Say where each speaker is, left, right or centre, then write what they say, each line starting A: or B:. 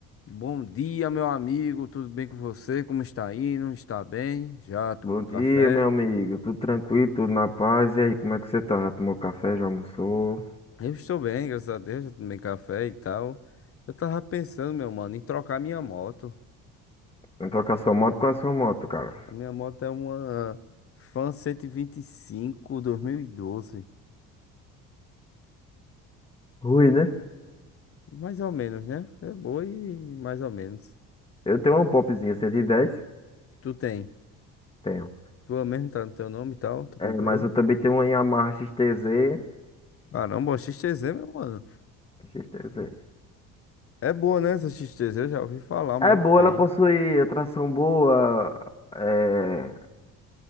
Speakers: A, on the left; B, on the left.
A: Bom dia, meu amigo. Tudo bem com você? Como está indo? Está bem? Já tomou
B: Bom dia,
A: café?
B: meu amigo. Tudo tranquilo, tudo na paz. E aí, como é que você tá? Já tomou café? Já almoçou?
A: Eu estou bem, graças a Deus. Já tomei café e tal. Eu tava pensando, meu mano, em trocar minha moto.
B: Entrou com a sua moto? Qual é a sua moto, cara?
A: A minha moto é uma Fan 125 2012.
B: Rui, né?
A: Mais ou menos, né? É boa e mais ou menos.
B: Eu tenho uma Popzinha cento e dez?
A: Tu tem?
B: Tenho.
A: Tua mesmo tá no teu nome e tal? Tu
B: É,
A: comprou?
B: mas eu também tenho uma Yamaha XTZ.
A: Caramba, a XTZ, meu mano.
B: XTZ.
A: É boa, né? Essa XTZ, eu já ouvi falar
B: É
A: muito
B: boa,
A: bem.
B: ela possui a tração boa. é,